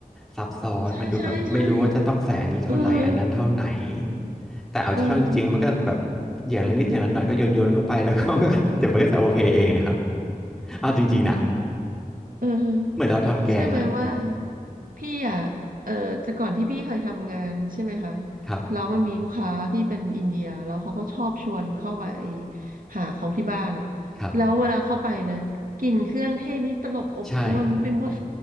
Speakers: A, in the centre; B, on the right.
A: ซับซ้อนมันดูแบบไม่รู้ว่าจะต้องใส่อันนี้เท่าไรอันนั้นเท่าไหน
B: ใช่ใช่ใช่เออ
A: แต่เอาเข้าจริงๆมันก็แบบ
B: เออ
A: อย่างละนิดอย่างละหน่อยก็โยนๆเข้าไปแล้วก็เดี๋ยวมันก็จะโอเคเองอะครับเอาจริงๆนะ
B: เออ
A: เหมือนเราทำแกงอะ
B: เชื่อไหมว่าพี่อ่ะเออแต่ก่อนที่พี่เคยทำงานใช่ไหมคะ
A: ครับ
B: แล้วมันมีลูกค้าที่เป็นอินเดียแล้วเขาก็ชอบชวนเข้าไปหาเขาที่บ้านนะ
A: ครับ
B: แล้วเวลาเข้าไปนะกลิ่นเครื่องเทศนี่ตลบอบอวนไปหมด
A: ใช่